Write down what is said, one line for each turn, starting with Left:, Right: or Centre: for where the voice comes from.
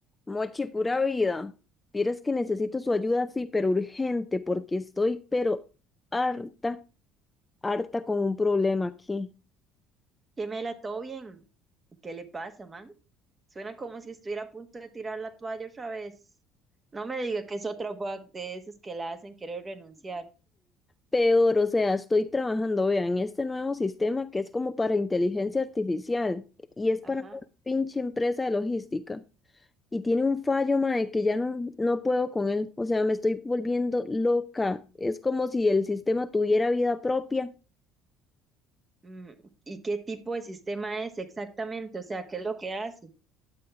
Left: Mochi, pura vida. Vieras que necesito su ayuda, sí, pero urgente, porque estoy, pero harta, harta con un problema aquí.
Right: Gemela, ¿todo bien? ¿Qué le pasa, man? Suena como si estuviera a punto de tirar la toalla otra vez. No me diga que es otro bug de esos que la hacen querer renunciar.
Left: Peor, o sea, estoy trabajando, vean, en este nuevo sistema que es como para inteligencia artificial y es
Right: Ajá.
Left: para una pinche empresa de logística. Y tiene un fallo, mae, que ya no, no puedo con él. O sea, me estoy volviendo loca. Es como si el sistema tuviera vida propia.
Right: Mm, ¿y qué tipo de sistema es exactamente? O sea, ¿qué es lo que hace?